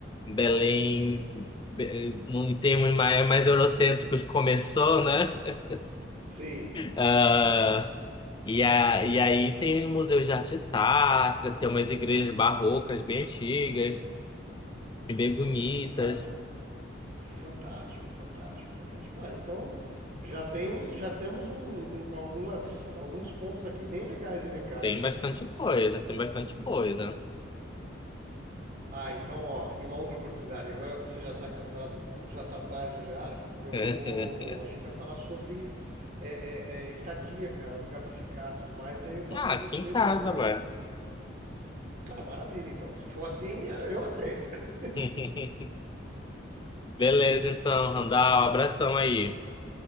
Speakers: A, on the left; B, on the right.
A: Belém Be- em termos mais, mais eurocêntricos começou, né? <laughs>
B: Sim,
A: Ah, e, a, e aí tem os museus de arte sacra, tem umas igrejas barrocas bem antigas e bem bonitas.
B: cara, fantástico, fantástico, fantástico. Olha, então já temos, já temos um- um- algumas, alguns pontos aqui bem legais elencados,
A: Tem
B: né?
A: bastante coisa, tem bastante coisa.
B: Ah, então, ó, e uma outra oportunidade. Agora você já tá cansado, já tá tarde já. Eu
A: <laughs>
B: vou. A gente vai falar sobre é, é, é, estadia, cara, lugar pra ficar, tudo mais. E aí eu passo
A: Ah,
B: pra
A: aqui
B: você
A: em casa,
B: o cronograma.
A: ué.
B: Ah, maravilha, então. Se for assim, eu aceito. <laughs>
A: <laughs> Beleza, então, Randall, abração aí.